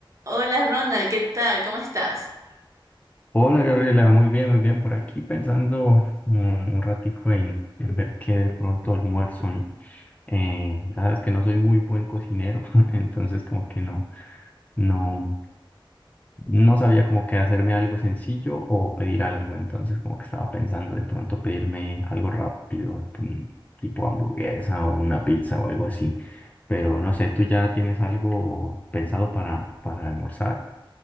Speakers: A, on the right; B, on the left.
A: Hola Ronald, ¿qué tal? ¿Cómo estás?
B: Hola Gabriela, muy bien, muy bien. Por aquí pensando mm, un ratico en, en ver qué de pronto almuerzo, ¿no? Eh, ya sabes que no soy muy buen cocinero, <laughs> entonces como que no, no, no sabía como que hacerme algo sencillo o pedir algo, entonces como que estaba pensando de pronto pedirme algo rápido, un tipo hamburguesa o una pizza o algo así. Pero no sé, ¿tú ya tienes algo pensado para, para almorzar?